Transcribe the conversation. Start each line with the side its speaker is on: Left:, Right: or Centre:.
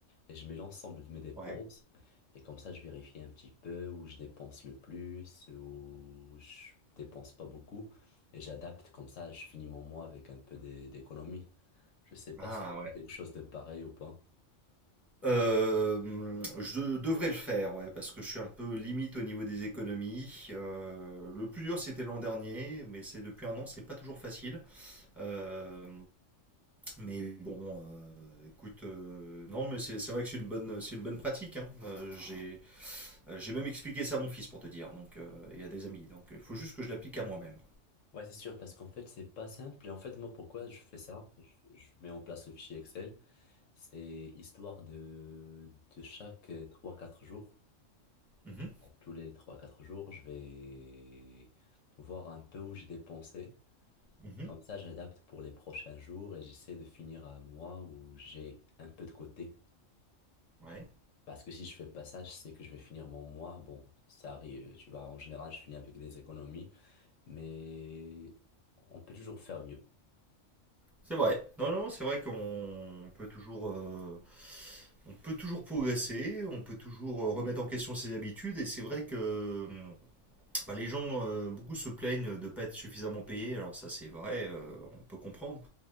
Left: et je mets l'ensemble de mes dépenses,
Centre: ouais.
Left: et comme ça, je vérifie un petit peu où je dépense le plus, où je dépense pas beaucoup, et j'adapte, comme ça, je finis mon mois avec un peu d'é- d'économie. Je sais
Centre: Ah
Left: pas si tu
Centre: ouais.
Left: fais quelque chose de pareil ou pas.
Centre: Euh, je devrais le faire, ouais, parce que je suis un peu limite au niveau des économies. Euh, le plus dur, c'était l'an dernier, mais c'est depuis un an, c'est pas toujours facile. Euh, mais bon, euh, écoute, euh, non, mais c'est c'est vrai que c'est une bonne, c'est une bonne pratique, hein. Euh, j'ai, euh, j'ai même expliqué ça à mon fils pour te dire, donc, euh, et à des amis. Donc, il faut juste que je l'applique à moi-même.
Left: Ouais, c'est sûr, parce qu'en fait, c'est pas simple. Et en fait, moi, pourquoi je fais ça? Je, je mets en place le fichier Excel. C'est histoire de, de chaque trois quatre jours.
Centre: Mhm,
Left: tu vois, Tous les trois quatre jours, je vais voir un peu où j'ai dépensé.
Centre: mhm,
Left: Comme ça, j'adapte pour les prochains jours et j'essaie de finir un mois où j'ai un peu de côté.
Centre: ouais.
Left: Parce que si je fais pas ça, je sais que je vais finir mon mois. Bon, ça arrive, tu vois. En général, je finis avec des économies, mais on peut toujours faire mieux.
Centre: C'est vrai. Non, non, c'est vrai qu'on peut toujours, euh, on peut toujours progresser, on peut toujours euh, remettre en question ses habitudes. Et c'est vrai que euh, bah, les gens, euh, beaucoup se plaignent de ne pas être suffisamment payés. Alors ça, c'est vrai, euh, on peut comprendre.